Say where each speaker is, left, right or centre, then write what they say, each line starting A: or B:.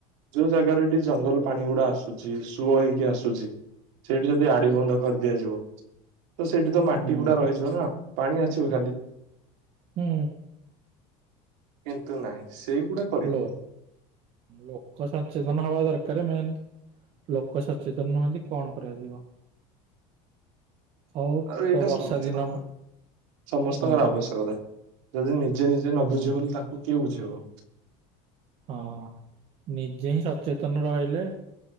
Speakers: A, on the right; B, on the right.
A: ଯୋଉ ଜାଗାରେ ଏଠି ଜଙ୍ଗଲ ପାଣି ଗୁଡା ଆସୁଛି, ସୁଅ ହୋଇକି ଆସୁଛି। ସେଇଠି ଯଦି ଆଡି ବନ୍ଧ କରିଦିଆଯିବ ତ ସେଇଠି ତ ମାଟି
B: ହୁଁ
A: ଗୁଡା ରହିଯିବ ନା ପାଣି ଆସିବ ଖାଲି।
B: ହୁଁ
A: କିନ୍ତୁ ନାହିଁ ସେଇଗୁଡା କରିହବନି
B: ଲ ଲୋକ ସଚେତନ ହବା ଦରକାର। ମେନ ଲୋକ ସଚେତନ ନୁହନ୍ତି କଣ କରାଯିବ। ହଉ
A: ଆଉ ଏଇଟା
B: ତ ବର୍ଷା
A: ସମସ୍ତଙ୍କର
B: ଦିନ
A: ସମସ୍ତଙ୍କର
B: ହୁଁ
A: ଆବଶ୍ୟକତା। ଯଦି ନିଜେ ନିଜେ ନ
B: ହୁଁ
A: ବୁଝିବ ବୋଲେ ତାଙ୍କୁ କିଏ ବୁଝେଇବ।
B: ହଁ ନିଜେ ହିଁ ସଚେତନ ରହିଲେ